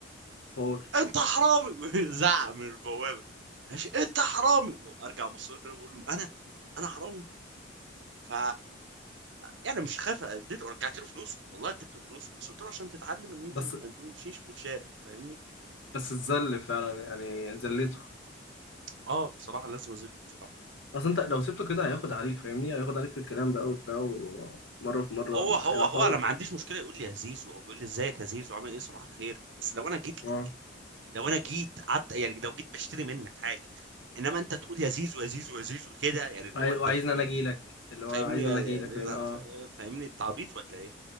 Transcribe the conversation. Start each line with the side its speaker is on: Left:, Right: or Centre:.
Left: وحوار
Right: انت حرامي <laughs> زعق من البوابه ماشي انت حرامي ارجع ابص له كده بقول له انا انا حرامي ف يعني مش خايف اديته رجعت له فلوسه والله اديته فلوسه بس قلت له عشان تتعلم ان انت
Left: بس
Right: ما تندمشيش في الشارع فاهمني
Left: بس اتذل فعلا يعني ذليته
Right: اه بصراحه لازم اذله بصراحه
Left: اصل
Right: فاهمني
Left: انت لو سبته كده هياخد عليك فاهمني هياخد عليك في الكلام بقى وبتاع ومره في مره
Right: هو
Left: ما-
Right: هو
Left: هيبقى
Right: هو
Left: الحوار
Right: انا ما عنديش مشكله يقول لي يا زيزو او بيقول لي ازيك يا زيزو عامل ايه صباح الخير بس لو انا جيت لك
Left: اه
Right: لو انا جيت قعدت يعني لو جيت بشتري منك حاجه انما انت تقول يا زيزو يا زيزو يا زيزو كده يعني اللي
Left: وعاي-
Right: هو انت
Left: وعايزني
Right: بت...
Left: انا اجي لك اللي هو
Right: فاهمني
Left: عايزني
Right: يعني-
Left: انا اجي لك فاهمني اه
Right: فاهمني التعبيط ولا ايه